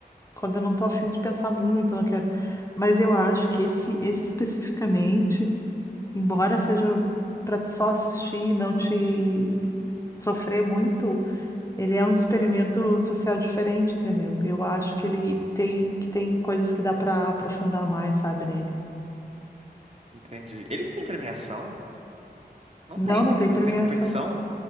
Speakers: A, on the left; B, on the right.
A: quando eu não tô afim de pensar muito, eu não quero. Mas eu acho que esse, esse especificamente, embora seja pra tu só assistir e não te sofrer muito. Ele é um experimento social diferente, entendeu? Eu acho que ele tem que tem coisas que dá para aprofundar mais, sabe, nele.
B: entendi. Ele tem premiação? Não
A: Não,
B: tem, né?
A: não tem
B: Não
A: premiação.
B: tem competição.